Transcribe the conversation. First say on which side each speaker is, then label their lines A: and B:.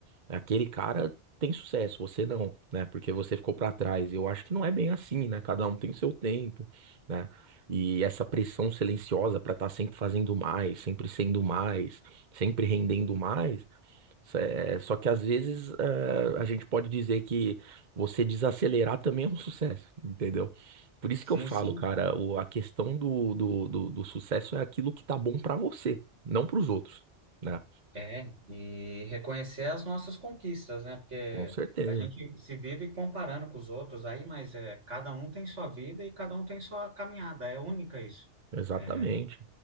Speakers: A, on the right; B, on the right.
A: aquele cara tem sucesso, você não, né? Porque você ficou pra trás. Eu acho que não é bem assim, né? Cada um tem o seu tempo, né? E essa pressão silenciosa pra estar sempre fazendo mais, sempre sendo mais, sempre rendendo mais. É, só que às vezes é, a gente pode dizer que você desacelerar também é um sucesso, entendeu? Por isso
B: Sim,
A: que eu falo,
B: sim,
A: cara, o- a questão do, do, do, do sucesso é aquilo que tá bom pra você, não pros outros, né?
B: é. E reconhecer as nossas conquistas, né? Porque
A: Com certeza,
B: a gente se vive comparando com os outros aí, mas é, cada um tem sua vida e cada um tem sua caminhada. É única isso.
A: exatamente.
B: É,